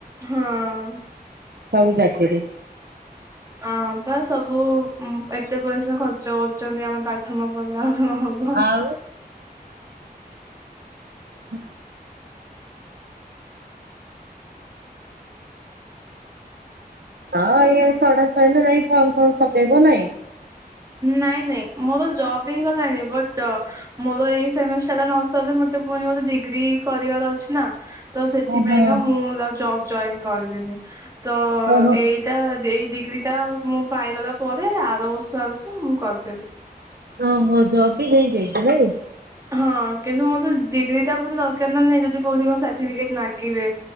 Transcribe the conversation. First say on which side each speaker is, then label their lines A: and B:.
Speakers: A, on the right (about 20°); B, on the right (about 80°).
A: ହୁଁ ଉଁ
B: ସବୁ ଚାକିରି
A: ଅ ବା ସବୁ ଏତେ ପଇସା ଖର୍ଚ୍ଚ କରୁଛନ୍ତି ଆମେ ପ୍ରଥମ ପିଲା ନ ହବ
B: ଆଉ ହୁଁ। ଆ <inaudible> ହଁ ଏଇ ଥଡ ସରିଲେ ଯାଇଁ ଫର୍ମ ଫର୍ମ ପକେଇବ ନାଇଁ
A: ନାଇଁ ନାଇଁ ମୋର ଜବ୍ ହେଇଗଲା ବ ମୋର ଏଇ ସେମିଷ୍ଟାର ଟା ନ ସରିଲେ, ମତେ ପୁଣି ଗୋଟେ ଡିଗ୍ରୀ କରିବାର ଅଛି ନା ତ ସେଥିପାଇଁକା
B: ଓହୋ
A: ମୁଁ ଜବ ଜଏନ୍ କରିଲିନି ତ
B: ଓହୋ
A: ଏଇଟା ଏଇ ଡିଗ୍ରୀ ଟା ମୁଁ ପାଇଗଲା ପରେ ଆର ବର୍ଷ ମୁଁ କରିଦେବି।
B: ଓହୋ ଜବ ବି ହେଇଯାଇଥିଲା ନାଇଁ
A: ହଁ କିନ୍ତୁ ମୋ ତ ଡିଗ୍ରୀ ଟା ବ ଦରକାର ନା ନାହିଁ, ଯଦି କୋଉଠି ମୋ ସାର୍ଟିଫିକେଟ ମାଗିବେ